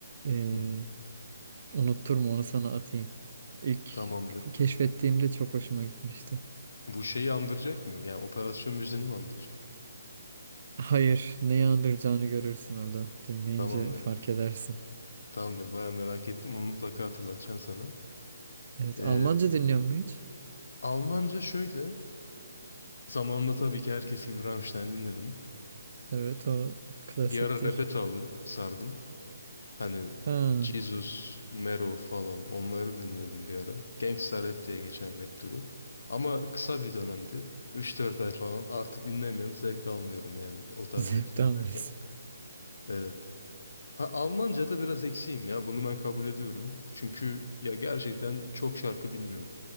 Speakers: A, on the right (about 45°); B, on the left (about 75°).
A: ee,
B: Hı,
A: unutturma onu sana atayım. İlk
B: tamamdır.
A: keşfettiğimde çok hoşuma gitmişti.
B: Bu şeyi andıracak mı? Yani operasyon müziğini mi andıracak?
A: Hayır, neyi andıracağını görürsün orada. Dinleyince
B: Tamamdır.
A: fark edersin.
B: Tamamdır. Baya merak ettim. Onu mutlaka hatırlatacağım sana.
A: Evet,
B: E,
A: Almanca dinliyor mu hiç?
B: Almanca şöyle. Zamanında tabii ki herkes gibi Rammstein dinledim.
A: Evet, o klasiktir.
B: Bir ara rap'e saldım, sardım. Hani
A: Ha,
B: Jesus, Mero falan onları dinliyordum bir ara. Gangsta Rap diye geçen rap türü. Ama kısa bir dönemdi. üç dört ay falan artık dinlemiyorum. Zevk de almıyorum yani o tarz
A: <laughs> zevk
B: rapi dinlerken.
A: almıyorsun.
B: Evet. A- Almanca'da biraz eksiğim ya. Bunu ben kabul ediyorum. Çünkü ya gerçekten çok şarkı bilmiyorum.